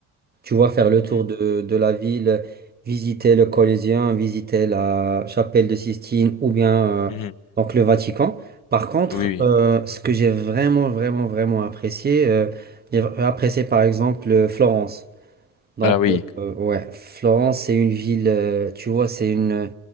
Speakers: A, on the right (about 25°); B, on the left (about 60°).
A: tu vois, faire le tour
B: mhm,
A: de, de la ville, visiter le Colisée, visiter la chapelle de Sistine ou bien euh,
B: mhm, mhm.
A: donc le Vatican. Par contre,
B: Oui, oui.
A: euh, ce que j'ai vraiment, vraiment, vraiment apprécié, euh, j'ai apprécié par exemple euh, Florence. Donc,
B: Ah oui,
A: euh, ouais, Florence, c'est une ville, euh, tu vois, c'est une,